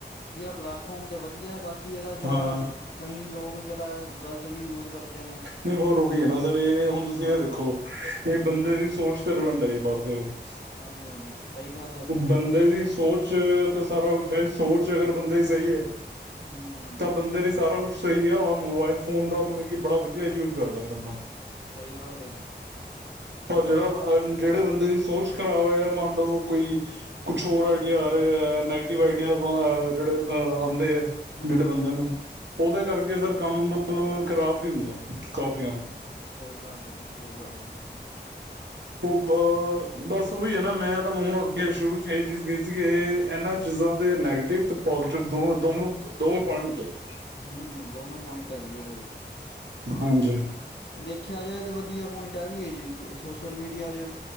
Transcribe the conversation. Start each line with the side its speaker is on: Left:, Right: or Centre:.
Left: ਪਲੇੈਟਫਾਰਮ ਤੇ ਵਧੀਆ ਬਾਕੀ। ਕਿ ਇਹਦਾ ਜਿਹੜਾ
Right: ਹਾਂ
Left: ਕਈ ਲੋਕ। ਜਿਹੜਾ ਗ਼ਲਤ ਵੀ ਯੂਜ ਕਰਦੇ ਨੇ
Right: ਨਹੀਂ ਹੋਰ ਉਹੀ ਹੈ ਨਾ ਸਰ ਇਹ ਹੁਣ ਤੁਸੀਂ
Left: ਹਾਂ
Right: ਇਹ ਦੇਖੋ ਇਹ ਬੰਦੇ
Left: ਹਾਂਜੀ
Right: ਦੀ ਸੋਚ ਤੇ ਡਿਪੈਂਡ ਹੈ ਬਸ
Left: ਹਾਂਜੀ ਹਾਂਜੀ ਸਹੀ ਗੱਲ ਹੈ ਜੀ
Right: ਬੰਦੇ ਦੀ ਸੋਚ ਤੇ ਸਾਰਾ ਕੁੱਛ ਹੈ ਸੋਚ। ਅਗਰ ਬੰਦਾ ਹੀ ਸਹੀ ਹੈ।
Left: ਹੂੰ,
Right: ਤਾਂ ਬੰਦਰ ਹੀ ਸਾਰਾ ਕੁੱਛ। ਸਈ ਆ ਔਰ ਮੋਬਾਇਲ ਫੋਨ ਦਾ ਮਤਲਬ ਕਿ ਬੜਾ ਵਧੀਆ ਯੂਜ ਕਰਦਾ ਬੰਦਾਂ।
Left: ਸਈ ਗੱਲ ਐ ਜੀ
Right: ਔਰ
Left: ਹਾਂਜੀ।
Right: ਜਿਹੜਾ ਜਿਹੜੇ ਬੰਦੇ ਦੀ ਸੋਚ ਖ਼ਰਾਬ ਹੈ ਜਾਂ ਮੰਨ ਲਓ ਕੋਈ ਕੁੱਛ ਹੋਰ ਆਈਡੀਆ ਆ ਰਿਹਾ ਹੈ ਨੈਗੇਟਿਵ ਆਈਡੀਆ ਜਿਹੜੇ ਆਉਂਦੇ ਹੈ।
Left: ਹੂੰ-ਹੂੰ-ਹੂੰ,
Right: ਜਿਹੜੇ ਬੰਦੇ ਨੂੰ ਉਹਦੇ ਕਰਕੇ
Left: ਹਾਂਜੀ।
Right: ਸਰ ਕੰਮ ਖਰਾਬ ਵੀ ਹੁੰਦਾ। ਕੌਫੀਆਂ,
Left: ਸਹੀ ਗੱਲ ਹੈ ਜੀ। ਸਹੀ ਗੱਲ ਆ।
Right: ਉਹ ਗੋਡ ਬਸ ਉਹੀ ਹੈ, ਨਾ ਮੈਂ ਤੁਹਾਨੂੰ ਅੱਗੇ ਸ਼ੁਰੂ ਚ ਇਹੀ ਚੀਜ਼ ਕਹੀ ਸੀਗੀ ਇਹ ਇਹਨਾਂ ਚੀਜ਼ਾਂ ਦੇ ਨੈਗੇਟਿਵ ਤੇ ਪੋਜੀਟਿਵ ਦੋਵੇ ਦੋ ਦੋ ਪੁਆਇੰਟ ਹੁੰਦੇ ।
Left: ਹੂੰ, ਦੋਨੋ ਪੁਆਇੰਟ ਆ ਜੀ ਇਹਦੇ, ਹੂੰ,
Right: ਹਾਂਜੀ
Left: ਦੇਖਿਆ ਜਾਏ ਤੇ ਵਧੀਆ ਪੁਆਇੰਟ ਆ ਵੀ ਹੈ ਜੀ ਸੋਸ਼ਲ ਮੀਡੀਆ ਤੇ